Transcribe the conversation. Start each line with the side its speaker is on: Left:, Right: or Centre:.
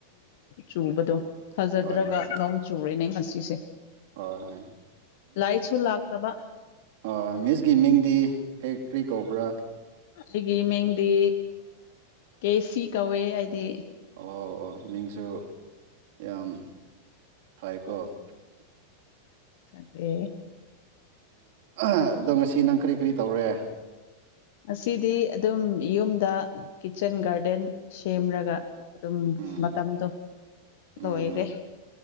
Left: ꯆꯨꯕꯗꯣ ꯊꯥꯖꯗ꯭ꯔꯒ
Right: ꯍꯣꯏ ꯍꯣꯏ
Left: ꯅꯣꯡ ꯆꯨꯔꯦꯅꯦ ꯉꯁꯤꯁꯦ
Right: ꯍꯣꯏ ꯍꯣꯏ
Left: ꯂꯥꯏꯆꯨꯜꯂ ꯍꯥꯥꯛꯇꯕ
Right: ꯑ ꯃꯤꯁꯀꯤ ꯃꯤꯡꯗꯤ ꯀꯔꯤ ꯀꯔꯤ ꯀꯧꯕ꯭ꯔꯥ
Left: ꯑꯗꯨꯒꯤ ꯃꯤꯡꯗꯤ ꯀꯦ ꯁꯤ ꯀꯧꯋꯦ ꯍꯥꯏꯗꯤ
Right: ꯑꯣ ꯑꯣ ꯃꯤꯡꯁꯨ ꯌꯥꯝ ꯍꯣꯏꯀꯣ
Left: ꯑꯗ
Right: ꯑꯗꯣ ꯉꯁꯤ ꯅꯪ ꯀꯔꯤ ꯀꯔꯤ ꯇꯧꯔꯦ
Left: ꯉꯁꯤꯗꯤ ꯑꯗꯨꯝ ꯌꯨꯝꯗ ꯀꯤꯠꯆꯟ ꯒꯥꯔꯗꯦꯟ ꯁꯦꯝꯔꯒ ꯑꯗꯨꯝ
Right: ꯎꯝ
Left: ꯃꯇꯝꯗꯣ
Right: ꯎꯝ
Left: ꯂꯣꯏꯔꯦ
Right: ꯎꯝ